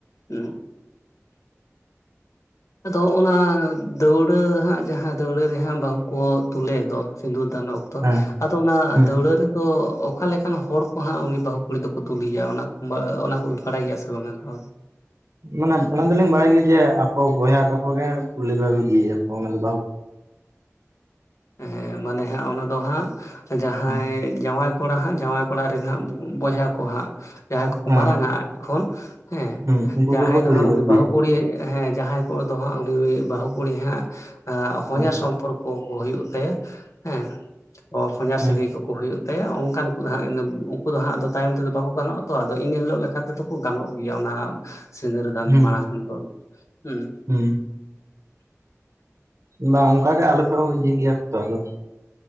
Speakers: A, on the left; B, on the right.
A: ᱩᱸ ᱟᱫᱚ ᱚᱱᱟ ᱫᱟᱹᱣᱲᱟᱹ ᱦᱟᱸᱜ ᱡᱟᱦᱟᱸ ᱫᱟᱹᱣᱲᱟᱹ ᱨᱮ ᱦᱟᱸᱜ ᱫᱚ ᱾ ᱠᱚ ᱛᱩᱞ ᱮᱫ ᱫᱚ᱾ ᱥᱤᱸᱫᱩᱨ ᱫᱟᱱ ᱚᱠᱛᱚ
B: ᱦᱮᱸ
A: ᱟᱫᱚ ᱚᱱᱟ
B: ᱦᱩᱸ
A: ᱫᱟᱹᱣᱲᱟᱹ ᱨᱮᱫᱚ ᱚᱠᱟ ᱞᱮᱠᱟᱱ ᱦᱚᱲ ᱠᱚ ᱦᱟᱸᱜ, ᱩᱱᱤ ᱵᱟᱹᱦᱩ ᱠᱩᱲᱤ ᱫᱚᱠᱚ ᱛᱩᱞᱮᱭᱟ? ᱚᱱᱟᱠᱚ ᱵᱟᱜ ᱚᱱᱟ ᱠᱚ ᱠᱚᱵᱤᱱ ᱵᱟᱲᱟᱭ ᱜᱮᱭᱟ ᱥᱮ ᱵᱟᱝ-ᱟ ᱫᱚ᱾
B: ᱢᱟᱱᱮ ᱵᱟᱲᱟᱭ ᱫᱚᱞᱤᱧ ᱵᱟᱲᱟᱭ ᱜᱮᱭᱟ ᱡᱮ, ᱟᱠᱚ ᱵᱚᱭᱦᱟ ᱛᱟᱠᱚ ᱜᱮ ᱛᱩᱞᱤ ᱵᱟᱭᱮ ᱟᱠᱚ, ᱚᱱᱟ ᱫᱚ
A: ᱦᱮᱸ, ᱢᱟᱱᱮ ᱦᱟᱸᱜ ᱚᱱᱟ ᱫᱚ ᱦᱟᱸᱜ ᱡᱟᱦᱟᱸᱭ
B: ᱦᱮᱸ
A: ᱡᱟᱶᱟᱭ ᱠᱚᱲᱟ ᱦᱟᱸᱜ᱾ ᱡᱟᱶᱟᱭ ᱠᱚᱲᱟ ᱨᱮᱱ ᱦᱟᱸᱜ ᱵᱚᱭᱦᱟ ᱠᱚ ᱦᱟᱸᱜ᱾ ᱡᱟᱦᱟᱸᱭ ᱠᱚᱠᱚ
B: ᱦᱮᱸ
A: ᱢᱟᱨᱟᱝ ᱟ ᱟᱡ ᱠᱷᱚᱱ ᱦᱮᱸ,
B: ᱦᱩᱸ ᱩᱱᱠᱩ
A: ᱡᱟᱦᱟᱸᱭ
B: ᱜᱮᱠᱚ
A: ᱫᱚ
B: ᱛᱩᱞ
A: ᱦᱟᱸᱜ
B: ᱜᱚᱫ
A: ᱩᱱᱤ
B: ᱜᱮᱭᱟ
A: ᱵᱟᱹᱦᱩ ᱠᱩᱲᱤ ᱦᱮᱸ ᱡᱟᱦᱟᱸᱭ ᱠᱚᱫᱚ ᱦᱟᱸᱜ ᱩᱱᱤ ᱵᱟᱹᱦᱩ ᱠᱩᱲᱤ ᱦᱟᱸᱜ, ᱦᱚᱧᱦᱟᱨ
B: ᱦᱮᱸ
A: ᱥᱚᱢᱯᱚᱨᱠᱚ ᱠᱚ ᱦᱩᱭᱩᱜ ᱦᱩᱭᱩᱜ ᱛᱟᱭᱟ ᱦᱮᱸ, ᱦᱚᱧᱟᱨ
B: ᱦᱮᱸ
A: ᱥᱟᱹᱜᱟᱹᱭ ᱠᱚᱠᱚ ᱦᱩᱭᱩᱜ ᱛᱟᱭᱟ ᱚᱱᱠᱟᱱ ᱠᱚ ᱦᱟᱸᱜ ᱩᱱᱠᱩ ᱫᱚ ᱦᱟᱸᱜ ᱫᱚ ᱛᱟᱭᱚᱢ ᱛᱮᱫᱚ ᱵᱟᱠᱚ ᱜᱟᱱᱚᱜᱼᱟ ᱛᱚ᱾ ᱟᱫᱚ ᱤᱱᱟᱹ ᱦᱤᱞᱳᱜ ᱞᱮᱠᱟᱛᱮ ᱫᱚ ᱠᱚ ᱜᱟᱱᱚᱜ ᱜᱮᱭᱟ᱾ ᱚᱱᱟ ᱥᱤᱸᱫᱽᱨᱟᱹᱫᱟᱱ
B: ᱦᱩᱸ
A: ᱢᱟᱲᱟᱸᱜᱽ ᱠᱷᱚᱱ ᱫᱚ ᱾ᱦᱩᱸ
B: ᱦᱩᱸ ᱵᱟᱝ ᱚᱱᱠᱟ ᱜᱮ ᱟᱞᱮ ᱥᱮᱫ ᱦᱚᱸ ᱤᱭᱟᱹᱭ ᱜᱮᱭᱟᱭ ᱜᱮ ᱛᱚ᱾ ᱟᱫᱚ